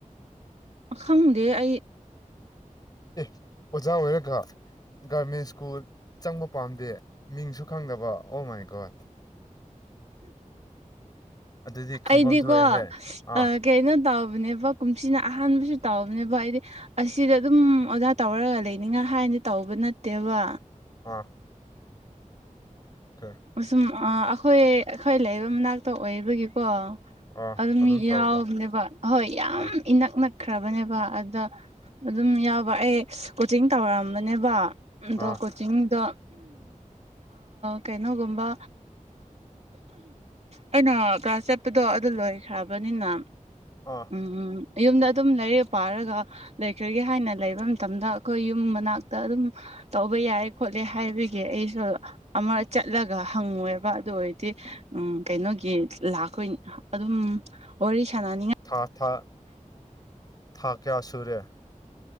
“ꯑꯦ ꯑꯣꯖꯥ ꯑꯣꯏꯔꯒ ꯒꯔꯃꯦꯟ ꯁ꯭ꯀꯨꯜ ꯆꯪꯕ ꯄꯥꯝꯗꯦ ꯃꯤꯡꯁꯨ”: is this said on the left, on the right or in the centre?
Left